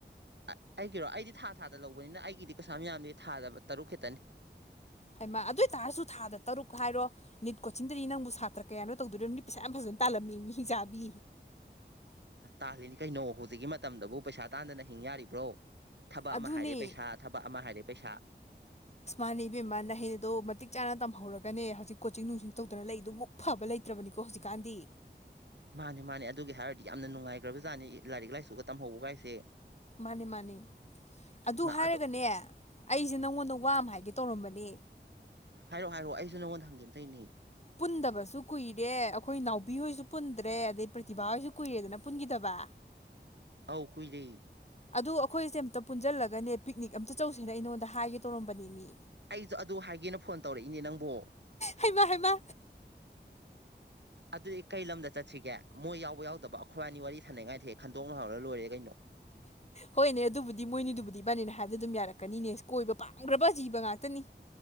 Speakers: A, on the right; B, on the left.
A: ꯑꯩꯒꯤꯔꯣ ꯑꯩꯗꯤ ꯊꯥ ꯊꯥꯗ ꯂꯧꯕꯅꯤꯅ ꯑꯩꯒꯤꯗꯤ ꯀꯩꯁꯥ ꯃꯤꯌꯥꯝꯗꯤ ꯊꯥꯗ ꯇꯔꯨꯛ ꯈꯤꯇꯅꯤ
B: ꯍꯩꯃꯥ ꯑꯗꯨꯏ ꯇꯥꯔꯁꯨ ꯊꯥꯗ ꯇꯔꯨꯛ ꯍꯥꯏꯔꯣ ꯅꯤꯠ ꯀꯣꯆꯤꯡꯗꯗꯤ ꯅꯪꯕꯨ ꯁꯥꯇ꯭ꯔ ꯀꯌꯥꯅꯣ ꯇꯧꯗꯣꯔꯤꯕꯣ ꯅꯗꯤ ꯄꯩꯁꯥ ꯌꯥꯝ ꯐꯖꯅ ꯇꯥꯜꯂꯝꯦꯃꯤ ꯍꯤꯡꯆꯥꯕꯤ
A: ꯇꯥꯜꯂꯤꯅꯤ ꯀꯩꯅꯣ ꯍꯧꯖꯤꯛꯀꯤ ꯃꯇꯝꯗꯕꯨ ꯄꯩꯁꯥ ꯇꯥꯟꯗꯅ ꯍꯤꯡ ꯌꯥꯔꯤꯕ꯭ꯔꯣ ꯊꯕꯛ
B: ꯑꯗꯨꯅꯦ
A: ꯑꯃ ꯍꯥꯏꯔꯦ ꯄꯩꯁꯥ ꯊꯕꯛ ꯑꯃ ꯍꯥꯏꯔꯦ ꯄꯩꯁꯥ
B: ꯃꯥꯅ ꯏꯕꯦꯝꯃ ꯅꯍꯩꯗꯣ ꯃꯇꯤꯛ ꯆꯅ ꯇꯝꯍꯧꯔꯒꯅꯦ ꯍꯧꯖꯤꯛ ꯀꯣꯆꯤꯡ ꯅꯨꯡꯆꯤꯡ ꯇꯧꯗꯅ ꯂꯩꯗꯨ ꯃꯨꯛ ꯐꯕ ꯂꯩꯇ꯭ꯔꯕꯅꯤꯀꯣ ꯍꯧꯖꯤꯛꯀꯥꯟꯗꯤ
A: ꯃꯥꯅꯦ ꯃꯥꯅꯦ ꯑꯗꯨꯒꯤ ꯍꯥꯏꯔꯗꯤ ꯌꯥꯝꯅ ꯅꯨꯡꯉꯥꯏꯈ꯭ꯔꯕ ꯖꯥꯠꯅꯤ ꯂꯥꯏꯔꯤꯛ ꯂꯥꯏꯁꯨꯒ ꯇꯝꯍꯧꯕꯒꯥꯏꯁꯦ
B: ꯃꯥꯅꯤ ꯃꯥꯅꯤ ꯑꯗꯨ
A: ꯃꯥ
B: ꯍꯥꯏꯔꯒꯅꯦ
A: ꯑꯗꯣ
B: ꯑꯩꯁꯦ ꯅꯉꯣꯟꯗ ꯋꯥ ꯍꯥꯏꯒꯦ ꯇꯧꯔꯝꯕꯅꯤ
A: ꯍꯥꯏꯔꯛꯑꯣ ꯍꯥꯏꯔꯛꯑꯣ ꯑꯩꯁꯨ ꯅꯉꯣꯟꯗ ꯍꯪꯒꯦ ꯇꯩꯅꯤ
B: ꯄꯨꯟꯗꯕꯁꯨ ꯀꯨꯏꯔꯦ ꯑꯩꯈꯣꯏ ꯅꯥꯎꯕꯤ ꯍꯣꯏꯁꯨ ꯄꯨꯟꯗ꯭ꯔꯦ ꯑꯗꯩ ꯄ꯭ꯔꯇꯤꯚꯥ ꯍꯣꯏꯁꯨ ꯀꯨꯏꯔꯦꯗꯅ ꯄꯨꯟꯈꯤꯗꯕ
A: ꯑꯥꯎ ꯀꯨꯏꯔꯦ
B: ꯑꯗꯨ ꯑꯩꯈꯣꯏꯁꯦ ꯑꯃꯝꯇ ꯄꯨꯟꯁꯤꯜꯂꯒꯅꯦ ꯄꯤꯛꯅꯤꯛ ꯑꯝꯇ ꯆꯧꯁꯦꯅ ꯑꯩꯉꯣꯟꯗ ꯍꯥꯏꯒꯦ ꯇꯧꯔꯝꯕꯅꯤ ꯃꯤ
A: ꯑꯩꯁꯨ ꯑꯗꯨ ꯍꯥꯏꯒꯦꯅ ꯐꯣꯟ ꯇꯧꯔꯛꯏꯅꯦ ꯅꯪꯕꯣ
B: ꯍꯩꯃꯥ ꯍꯩꯃꯥ
A: ꯑꯗꯨꯗꯤ ꯀꯩ ꯂꯝꯗ ꯆꯠꯁꯤꯒꯦ ꯃꯣꯏ ꯌꯥꯎꯕ ꯌꯥꯎꯗꯕ ꯈꯨꯋꯥꯅꯤ ꯋꯥꯔꯤ ꯁꯥꯅꯩꯉꯩꯗ ꯍꯦꯛ ꯈꯟꯗꯣꯛꯅ ꯍꯧꯔꯒ ꯂꯣꯏꯔꯦ ꯀꯩꯅꯣ
B: ꯍꯣꯏꯅꯦ ꯑꯗꯨꯕꯨꯗꯤ ꯃꯣꯏꯅꯤꯗꯨꯕꯨꯗꯤ ꯏꯕꯥꯅꯤꯅ ꯍꯥꯏꯕꯗ ꯑꯗꯨꯝ ꯌꯥꯔꯛꯀꯅꯤꯅꯦ ꯀꯣꯏꯕ ꯄꯥꯝꯈ꯭ꯔꯕ ꯖꯤꯕ ꯉꯥꯛꯇꯅꯤ